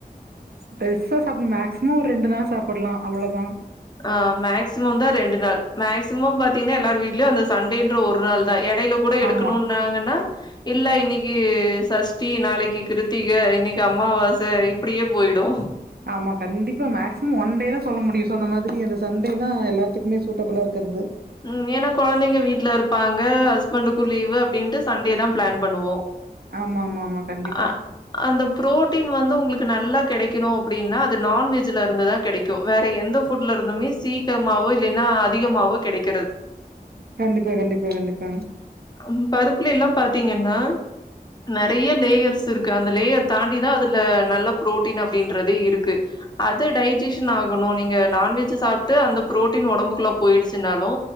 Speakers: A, on the right (about 70°); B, on the left (about 25°).
A: பெருசா சாப்பிட மேக்சிமம் ஒரு ரெண்டு நாள் சாப்பிடலா அவ்ளோ தா
B: ஆ மேக்சிமம் தா ரெண்டு நாள் மேக்சிமம் பாத்தீங்கன்னா எல்லார் வீட்லையு அந்த சண்டேன்ற ஒரு நாள் தா எடைலுக் கூட எடுக்கணுன்னாங்கன்னா
A: ஆமா
B: இல்ல இன்னைக்கு சஷ்டி நாளைக்கு கிருத்திக இன்னைக்கு அம்மாவாச இப்பிடியே போயிடு
A: ஆமா கண்டிப்பா மேக்சிமம் ஒன் டே தா சொல்ல முடியு சொன்ன மாதிரி அந்த சண்டே தா எல்லாத்துக்குமே சூட்டபிளா இருக்கிறது
B: ம் ஏன்னா கொழந்தைங்க வீட்ல இருப்பாங்க ஹஸ்பண்டுக்கு லீவு அப்டின்ட்டு சண்டே தா பிளான் பண்ணுவோ
A: ஆமா ஆமா ஆமா கண்டிப்பா
B: அ அந்த புரோட்டீன் வந்து உங்களுக்கு நல்லா கெடைக்கணு அப்டினாத் இது நான்வெஜ்ல இருந்து தா கெடைக்கு வேற எந்த ஃபுட்ல இருந்துமே சீக்கிரமாவோ இல்லைன்னா அதிகமாவோ கெடைக்
A: கண்டிப்பா கண்டிப்பா கண்டிப்பா
B: அம் பருப்புல எல்லா பாத்தீங்கன்னா நெறைய லேயர்ஸ் இருக்கு அந்த லேயர் தாண்டிதா அதுல நல்ல புரோட்டீன் அப்டின்றதே இருக்கு அது டைஜெஷன் ஆகணு நீங்க நான்வெஜ்ஜூ சாப்ட்டு அந்த புரோட்டீன் ஒடம்புக்குள்ள போயிடுச்சுன்னாலு